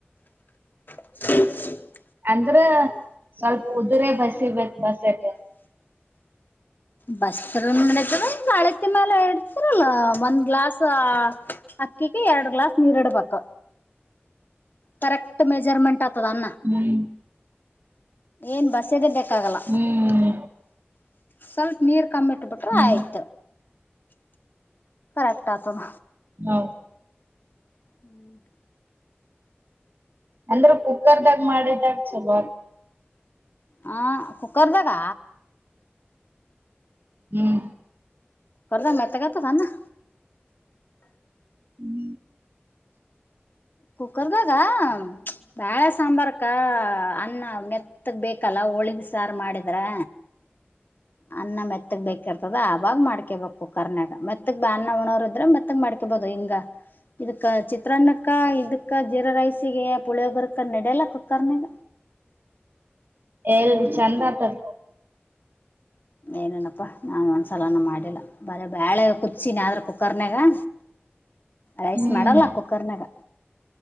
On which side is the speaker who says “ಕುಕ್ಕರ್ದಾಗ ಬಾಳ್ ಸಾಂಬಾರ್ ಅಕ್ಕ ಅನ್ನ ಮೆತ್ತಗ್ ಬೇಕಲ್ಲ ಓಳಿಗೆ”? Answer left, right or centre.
Left